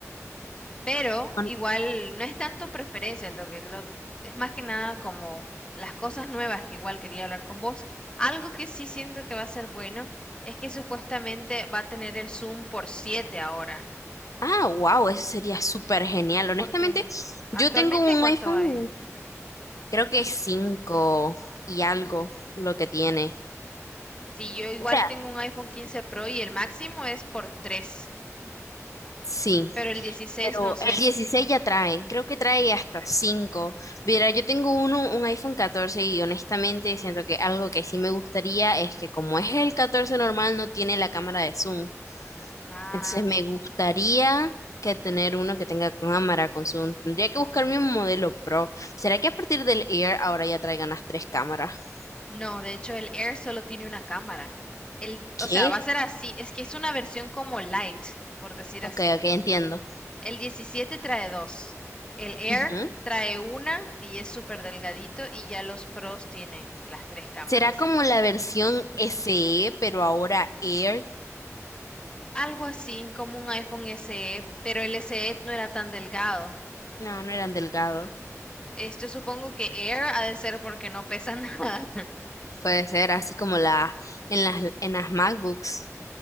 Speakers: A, on the left (about 20°); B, on the left (about 85°).
A: Pero
B: Hon-
A: igual no es tanto preferencias, lo que lo, es más que nada como las cosas nuevas que igual quería hablar con vos. Algo que sí siento que va a ser bueno es que supuestamente va a tener el Zoom por 7 ahora,
B: Ah, wow, eso sería súper genial. Honestamente,
A: porque
B: yo
A: actualmente
B: tengo un
A: ¿cuánto
B: iPhone,
A: hay?
B: creo que es 5 y algo lo que tiene.
A: Si yo igual
B: O sea,
A: tengo un iPhone 15 Pro y el máximo es por 3,
B: sí.
A: pero el 16
B: Pero
A: no sé.
B: el 16 ya trae, creo que trae hasta 5. Mira, yo tengo uno, un iPhone 14 y honestamente siento que algo que sí me gustaría es que como es el 14 normal no tiene la cámara de zoom.
A: Ah,
B: Entonces me gustaría que tener uno que tenga cámara con zoom. Tendría que buscarme un modelo Pro. ¿Será que a partir del Air ahora ya traigan las tres cámaras?
A: no, de hecho el Air solo tiene una cámara. El,
B: ¿Qué?
A: o sea, va a ser así, es que es una versión como light, por decir
B: Ok,
A: así.
B: ok, entiendo.
A: El 17 trae dos. El Air
B: Ujú.
A: trae una y es súper delgadito y ya los Pros tienen las tres cámaras.
B: ¿Será como la versión SE, pero ahora Air?
A: Algo así como un iPhone SE, pero el SE no era tan delgado.
B: No, no eran delgados.
A: Esto supongo que Air ha de ser porque no pesa <laughs> nada.
B: Puede ser así como la, en las, en las MacBooks.